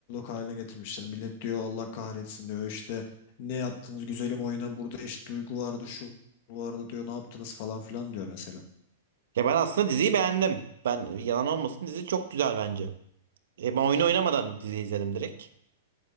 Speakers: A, on the left; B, on the right.
A: haline getirmişler. Millet diyor Allah kahretsin diyor işte ne yaptınız güzelim oyuna burada eşit duygu vardı şu vardı diyor ne yaptınız falan filan diyor mesela.
B: Ya ben aslında diziyi beğendim. Ben yalan olmasın dizi çok güzel bence. E ben oyunu oynamadan dizi izledim direkt.